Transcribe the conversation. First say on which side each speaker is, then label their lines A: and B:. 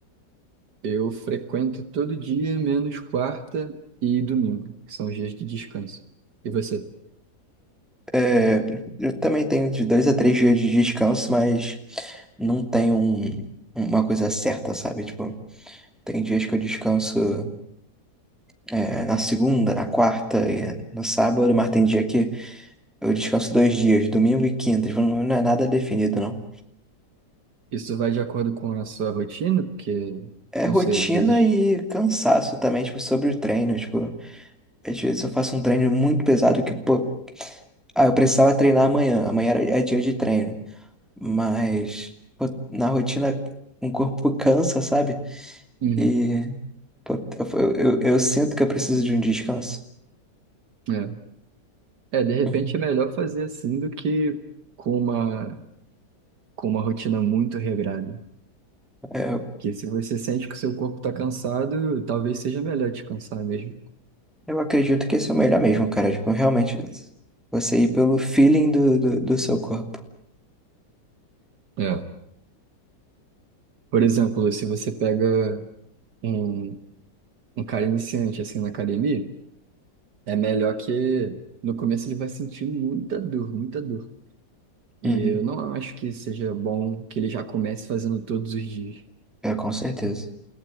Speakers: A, on the right (about 70°); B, in the centre.
A: Eu frequento todo dia, menos quarta e domingo, que são os dias de descanso. E você?
B: É, eu também tenho de dois a três dias de descanso, mas não tenho um- uma coisa certa, sabe? Tipo, tem dias que eu descanso, é, na segunda, na quarta e no sábado, mas tem dia que Eu descanso dois dias, domingo e quinta. Tipo, Não não é nada definido, não.
A: Isso vai de acordo com a sua rotina? Porque,
B: É
A: não
B: rotina
A: sei, às vezes.
B: e cansaço também, tipo, sobre o treino. Tipo, às vezes eu faço um treino muito pesado que, pô, ah, eu precisava treinar amanhã. Amanhã era, é dia de treino. Mas, pô, na rotina, o corpo cansa, sabe?
A: Uhum.
B: E, pô, eu, eu, eu sinto que eu preciso de um descanso.
A: É. É, de repente
B: Uhum.
A: é melhor fazer assim do que com uma, com uma rotina muito regrada.
B: É,
A: Porque se você sente que o seu corpo está cansado, talvez seja melhor descansar mesmo.
B: eu acredito que esse é o melhor mesmo, cara. Tipo, realmente, você ir pelo feeling do, do, do seu corpo.
A: É. Por exemplo, se você pega um, um cara iniciante assim na academia, é melhor que no começo ele vai sentir muita dor, muita dor. E
B: Uhum.
A: eu não acho que seja bom que ele já comece fazendo todos os dias.
B: É, com certeza.